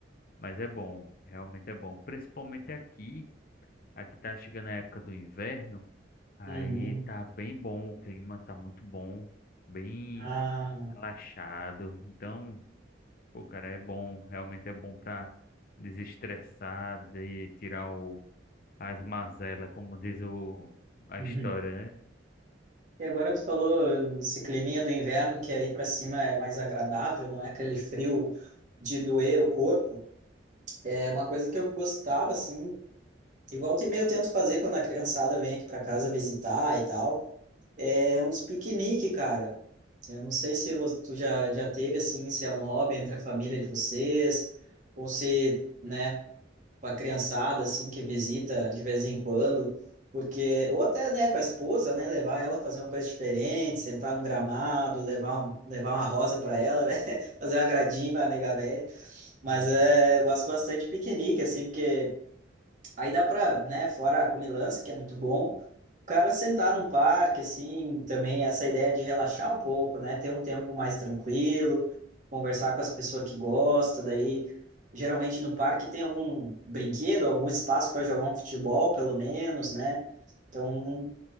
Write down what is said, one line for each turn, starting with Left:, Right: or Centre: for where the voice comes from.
Left: Mas é bom, realmente é bom. Principalmente aqui, aqui tá chegando a época do inverno, aí
Right: Uhum.
Left: tá bem bom, o clima tá muito bom, bem
Right: Ah,
Left: relaxado. Então, pô, cara, é bom, realmente é bom pra desestressar, de tirar o, as mazelas, como diz o, a
Right: uhum.
Left: história, né?
Right: E agora tu falou esse climinha do inverno, que aí para cima é mais agradável, não é aquele frio de doer o corpo. É uma coisa que eu gostava, assim, e volta e meia eu tento fazer quando a criançada vem aqui para casa visitar e tal. É uns piquenique, cara. Eu não sei se vo- tu já, já teve, assim, se é um hobby entre a família de vocês, ou se, né, com a criançada, assim, que visita de vez em quando, porque, ou até, né, com a esposa, né, levar ela a fazer uma coisa diferente, sentar num gramado, levar, um- levar uma rosa para ela, né, <laughs> fazer um agradinho pra nega véia, mas
Left: Hum,
Right: é, eu gosto bastante de piquenique, assim, porque Aí dá pra, né, fora a comilança, que é muito bom, o cara sentar num parque, assim, também essa ideia de relaxar um pouco, né, ter um tempo mais tranquilo, conversar com as pessoas que gostam, daí geralmente no parque tem algum brinquedo, algum espaço para jogar um futebol, pelo menos, né? Então